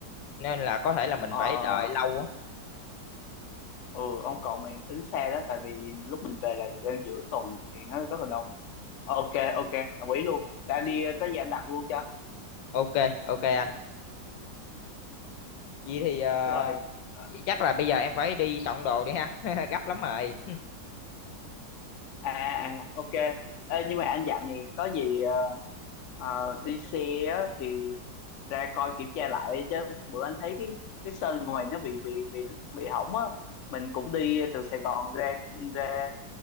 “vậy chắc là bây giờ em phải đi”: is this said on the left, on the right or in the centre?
Left